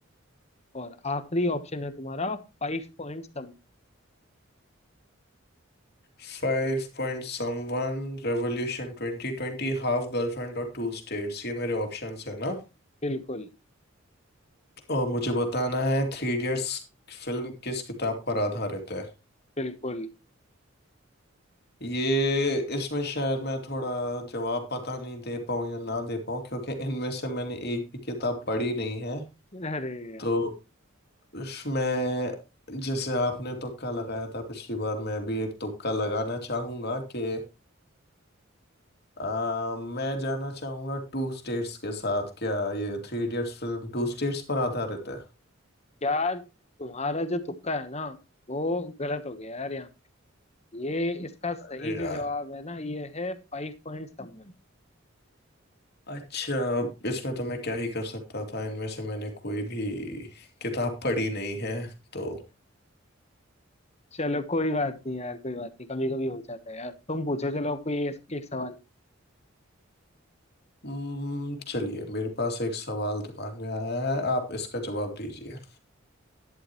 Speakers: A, on the left (about 30°); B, on the left (about 50°).
A: और आखिरी ऑप्शन है तुम्हारा फाइव पॉइंट सम
B: Five point someone revolution twenty twenty half girlfriend और टू स्टेट्स ये मेरे ऑप्शंस है ना
A: बिल्कुल
B: और मुझे बताना है थ्री इडियट्स फिल्म किस किताब पर आधारित है
A: बिल्कुल
B: ये इसमें शायद मैं थोड़ा जवाब पता नहीं दे पाऊँ या ना दे पाऊँ क्योंकि इनमें से मैंने एक भी किताब पढ़ी नहीं है
A: अरे यार
B: तो इसमें जैसे आपने तुक्का लगाया था पिछली बार मैं भी एक तुक्का लगाना चाहूंगा कि आ, मैं जाना चाहूंगा टू स्टेट्स के साथ क्या ये three idiots film two states पर आधारित है
A: यार तुम्हारा जो तुक्का है ना वो गलत हो गया यार यहाँ ये इसका सही
B: अरे
A: जो
B: यार
A: जवाब है ना ये है फाइव पॉइंट समवन
B: अच्छा इसमें तो मैं क्या ही कर सकता था इनमें से मैंने कोई भी किताब पढ़ी नहीं है तो
A: चलो कोई बात नहीं यार कोई बात नहीं कभी कभी हो जाता है यार तुम पूछो चलो कोई एक, एक सवाल
B: हम्म, चलिए मेरे पास एक सवाल दिमाग में आया है आप इसका जवाब दीजिए